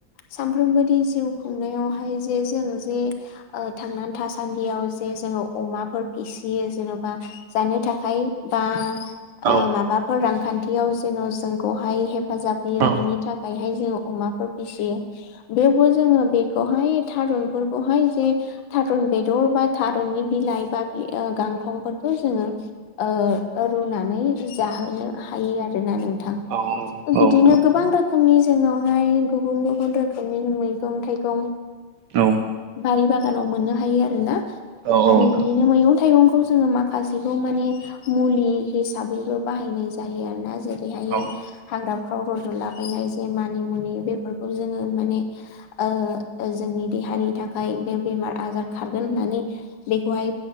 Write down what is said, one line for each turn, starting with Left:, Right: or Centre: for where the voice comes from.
Left: सानफ्रोमबोदि जिउ खुंनायावहाय जे जों जे ओ थांनानै थासान्दियाव जे जोङो अमाफोर फिसियो जेन'बा जानो थाखाय बा ओ
Right: औ
Left: माबा फोर रांखान्थियाव जेन' जोंखौहाय हेफाजाब होयो
Right: औ
Left: बिनि थाखायहाय जों अमाफोर फिसियो बेवबो जोङो बेखौहाय थारुनफोरखौहाय जे थारुन बेदर बा थारुननि बिलाइ बा गांखंफोरखौ जोङो ओ रुनानै जाहोनो हायो आरोना नों थां
Right: औ नोंथां
Left: बिदिनो गोबां रोखोम रोखोमनि जोंनावहाय गुबुन गुबुन रोखोमनि मैगं थाइगं।
Right: औ
Left: बारि बागानाव मोननो हायो आरो ना
Right: औ
Left: आरो
Right: नोंथां
Left: बिदिनो मैगं थाइगंखौ जोङो मा खासेखौ माने मुलि हिसाबैबो बाहायनाय जायो आरो ना जेरैहायो
Right: औ
Left: हाग्राफ्राव रज'लाबायनाय जे मानि मुनि बेफोरखौ जोङो माने ओ जोंनि देहानि थाखाय बे बेमार आजार खारगोन होननानै बेखौहाय